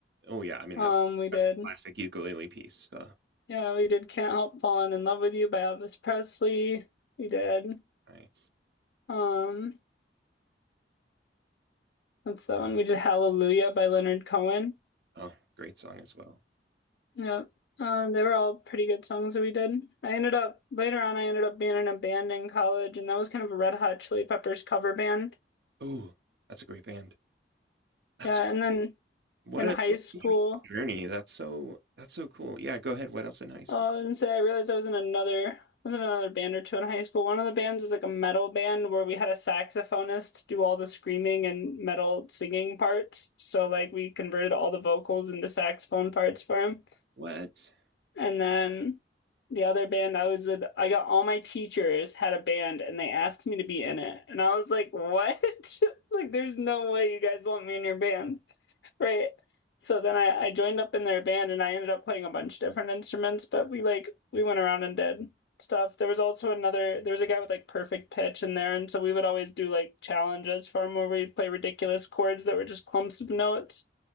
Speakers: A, on the right; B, on the left.
A: Oh yeah, I mean
B: Um,
A: that
B: we did
A: that's a classic ukulele piece. Uh,
B: yeah, we did Can't Help Falling in Love with You by Elvis Presley. We did
A: nice.
B: um That's that one. We did Hallelujah by Leonard Cohen.
A: Oh, great song as well.
B: Yeah, uh, they were all pretty good songs that we did. I ended up later on, I ended up being in a band in college, and that was kind of a Red Hot Chili Peppers cover band.
A: Oh, that's a great band. That's
B: Yeah, and then
A: cool. what
B: in
A: a
B: high
A: what
B: school,
A: an interesting journey. That's so that's so cool. Yeah, go ahead. What else in high school?
B: oh, and so I realized I was in another was in another band or two in high school. One of the bands was like a metal band where we had a saxophonist do all the screaming and metal singing parts. So like we converted all the vocals into saxophone parts for him.
A: What?
B: And then the other band I was with, I got all my teachers had a band and they asked me to be in it. And I was like, what? <laughs> Like, there's no way you guys want me in your band. Right. So then I, I joined up in their band and I ended up playing a bunch of different instruments, but we like we went around and did stuff. There was also another there was a guy with like perfect pitch in there, and so we would always do like challenges for him where we'd play ridiculous chords that were just clumps of notes.